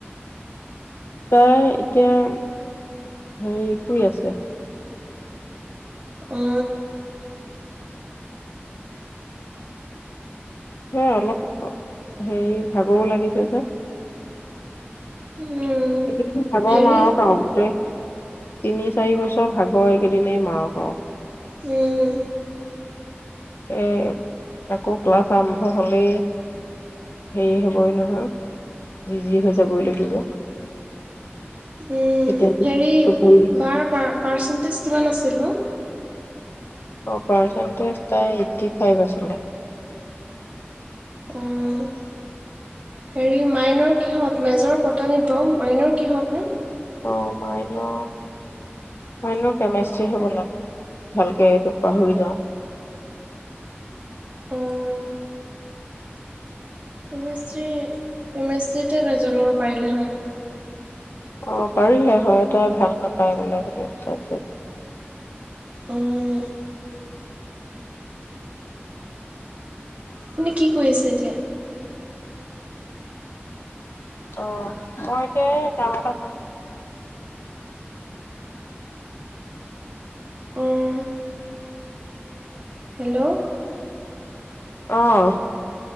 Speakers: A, on the left (about 65°); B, on the right (about 30°).
A: তাই এতিয়া হেৰি শুই আছে
B: অ
A: এ অলপ হেৰি ভাগৰো লাগিছে যে
B: উম,
A: এইকেইদিন ভাগৰ
B: হেৰি
A: মাৰা কাম গোটেই তিনি চাৰি বছৰ ভাগৰ এইকেইদিনেই মাৰক আৰু
B: উম
A: এ আকৌ ক্লাছ আৰম্ভ হ'লেই হেৰি হ'বই নহয় বিজি হৈ যাবই লাগিব
B: উ
A: তেতিয়া
B: হেৰি
A: টোপনি
B: বাৰ পাৰ পাৰ্চেন্টেজ কিমান আছিল নো
A: অ পাৰ্চেণ্টেজ তাই এইট্টি ফাইভ আছিলে
B: অঁ হেৰি মাইনু কিহত মেজৰ পতা নাপাওঁ মাইনু কিহঁত নো
A: অঁ মাইনু মাইনু কেমেষ্ট্ৰি হবলা ভালকে এইটো পাহৰি যাওঁ
B: উম কেমেষ্ট্ৰি কেমেষ্ট্ৰিতে মেজৰ ল'ব পাৰিলে হয়
A: অ পাৰিলে হয় তাই ভাল নাপায় বোলে সেইটো চাবজেক্ট
B: অঁঃ আপুনি কি কৰি আছে এতিয়া
A: অ মই এতিয়া কাম এটা
B: উম, হেল্ল'
A: আহ